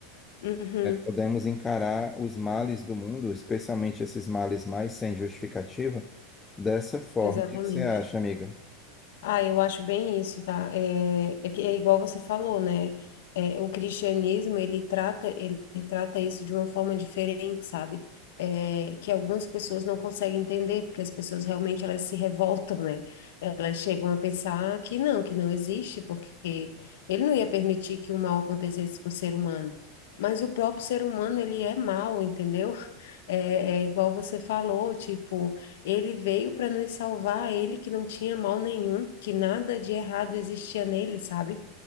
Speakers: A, on the left; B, on the left.
A: Uhum.
B: podemos encarar os males do mundo, especialmente esses males mais sem justificativa, dessa forma.
A: Exatamente.
B: O que que você acha, amiga?
A: Ah, eu acho bem isso, tá? É, é que é igual você falou, né? É, o cristianismo, ele trata, ele, trata isso de uma forma diferente, sabe? É, que algumas pessoas não conseguem entender, porque as pessoas realmente elas se revoltam, né? Elas chegam a pensar que não, que não existe, porque ele não ia permitir que o mal acontecesse com o ser humano. Mas o próprio ser humano, ele é mal, entendeu? <laughs> é é igual você falou, tipo... Ele veio para nos salvar, ele que não tinha mal nenhum, que nada de errado existia nele, sabe?